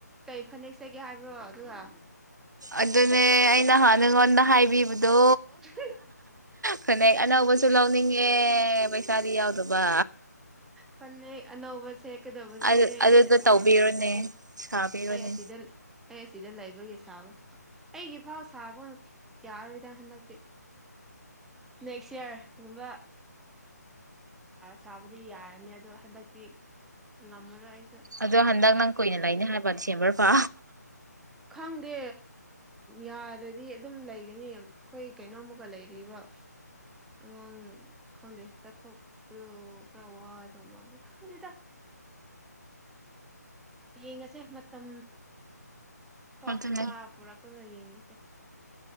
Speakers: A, in the centre; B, on the right.
A: ꯀꯩ ꯐꯅꯦꯛ ꯁꯦꯠꯀꯦ ꯍꯥꯏꯕ꯭ꯔꯣ ꯑꯗꯨꯒ
B: ꯑꯗꯨꯅꯦ ꯑꯩꯅ ꯍꯥꯟꯅ ꯅꯉꯣꯟꯗ ꯍꯥꯏꯕꯤꯕꯗꯣ
A: <inaudible>
B: ꯐꯅꯦꯛ ꯑꯅꯧꯕꯁꯨ ꯂꯧꯅꯤꯡꯉꯦ ꯄꯩꯁꯥꯗꯤ ꯌꯥꯎꯗꯕ
A: ꯐꯅꯦꯛ ꯑꯅꯧꯕꯁꯦ ꯆꯠꯀꯗꯕꯁꯦ
B: ꯑꯗꯨ ꯑꯗꯨꯗꯣ
A: ꯑꯩꯅ ꯁꯥꯒꯗꯕꯁꯦ
B: ꯇꯧꯕꯤꯔꯣꯅꯦ
A: ꯑꯩꯅ
B: ꯁꯥꯕꯤꯔꯣꯅꯦ
A: ꯑꯩ ꯑꯁꯤꯗ ꯑꯩ ꯑꯁꯤꯗ ꯂꯩꯕꯒꯤ ꯁꯥꯕ ꯑꯩꯒꯤ ꯐꯥꯎ ꯁꯥꯕ ꯌꯥꯔꯣꯏꯗꯪ ꯍꯟꯗꯛꯇꯤ ꯅꯦꯛꯁ ꯏꯌꯥꯔ ꯨꯝꯕ ꯁꯥꯕꯗꯤ ꯌꯥꯔꯅꯤ ꯑꯗꯣ ꯍꯟꯗꯛꯇꯤ ꯉꯝꯃꯔꯣꯏ ꯑꯩꯁꯨ
B: ꯑꯗꯣ ꯍꯟꯗꯛ ꯅꯪ ꯀꯨꯏꯅ ꯂꯩꯅꯤ ꯍꯥꯏꯕ ꯁꯦꯝꯕꯔ ꯄꯥ
A: ꯈꯪꯗꯦ ꯌꯥꯔꯗꯤ ꯑꯗꯨꯝ ꯂꯩꯒꯅꯤ ꯑꯩꯈꯣꯏ ꯀꯩꯅꯣꯝꯃꯨꯛꯀ ꯂꯩꯔꯤꯕꯔꯤꯕ ꯑꯉꯥꯡ ꯈꯪꯗꯦ ꯆꯠꯊꯣꯛꯄꯗ ꯈꯔ ꯋꯥꯗꯧ ꯃꯥꯜꯂꯦ ꯈꯪꯗꯦꯗ ꯌꯦꯡꯉꯁꯦ ꯃꯇꯝ ꯀꯣ
B: ꯑꯗꯨꯅꯦ
A: ꯃꯥ ꯄꯨꯔꯛꯀꯅ ꯌꯦꯡꯉꯁꯦ